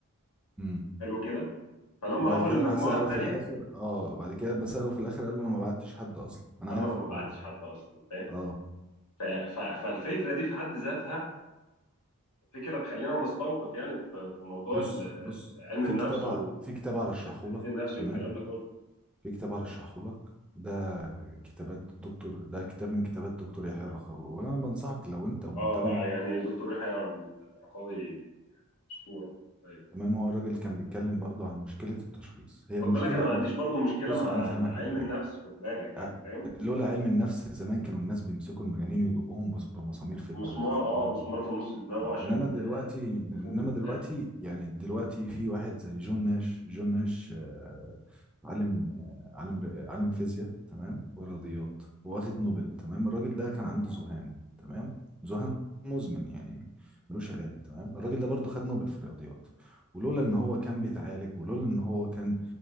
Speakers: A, in the centre; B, on the left.
A: مم.
B: حلو كده فلما
A: وبعد
B: راحوا
A: كده
B: للمجموعه
A: راح سأله
B: الثانيه
A: في الآخر اه بعد كده بسأله في الآخر قال له انا ما بعتش حد اصلا انا
B: قال
A: عارف
B: له انا ما
A: الحوار
B: بعتش
A: ده
B: حد اصلا فاهم
A: اه
B: ف- ف- فالفكره دي في حد ذاتها فكره تخلينا نستوقف يعني في في موضوع
A: بص
B: ال- ال-
A: بص
B: علم
A: في
B: النفس
A: كتاب ه-
B: والتحليل
A: في كتاب هرشحه لك
B: النفسي
A: تمام
B: والكلام ده كله
A: في كتاب هرشحه لك ده كتابات دكتور ده كتاب من كتابات دكتور يحيى الرخاوي وانا بنصحك لو انت مهتم
B: اه لا
A: يعني.
B: يعني دكتور يحيى الرخاوي اسطوره طيب.
A: تمام هو الراجل كان بيتكلم برضه عن مشكلة التشخيص هي
B: خد
A: مشكلة
B: بالك انا ما عنديش برضو مشكله
A: بص
B: مع
A: انا فاهمك
B: مع علم
A: على حاجة
B: النفس خد بالك يعني
A: أ-
B: فاهم
A: لولا علم النفس زمان كانوا الناس بيمسكوا المجانين يدقوهم بص- بمسامير في
B: بمسمار
A: دماغ في
B: اه
A: دماغ
B: مسمار في نص دماغه عشان
A: انما دلوقتي
B: آه،
A: انما
B: يفوق وبتاع
A: دلوقتي يعني دلوقتي في واحد زي جون ناش جون ناش آه، عالم آه، عالم عالم فيزياء تمام ورياضيات واخد نوبل تمام الراجل ده كان عنده ذهان تمام ذهان مزمن يعني ملوش علاج تمام الراجل ده برضه خد نوبل في الرياضيات ولولا ان هو كان بيتعالج ولولا ان هو كان